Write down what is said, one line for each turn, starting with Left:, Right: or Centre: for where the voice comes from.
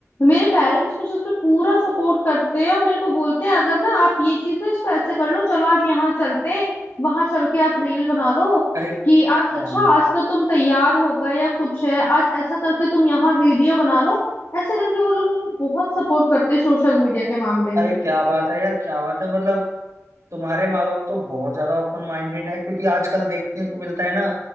Left: मेरे पेरेंट्स मुझे उसमें पूरा सपोर्ट करते हैं और मेरे को बोलते हैं अगर ना आप ये चीज ना इसको ऐसे कर लो चलो आज यहाँ चलते हैं वहां चल के आप रील बना लो
Right: अरे
Left: कि आज अच्छा
Right: हाँ।
Left: आज तो तुम तैयार हो गए या कुछ है आज ऐसा करके तुम यहाँ वीडियो बना लो ऐसे करके वो लोग मेरे को बहुत सपोर्ट करते हैं सोशल मीडिया के मामले
Right: अरे
Left: में
Right: क्या बात है यार क्या बात है मतलब तुम्हारे माँ बाप तो बहुत ज्यादा ओपन माइंडेड है क्योंकि आजकल देखने को मिलता है ना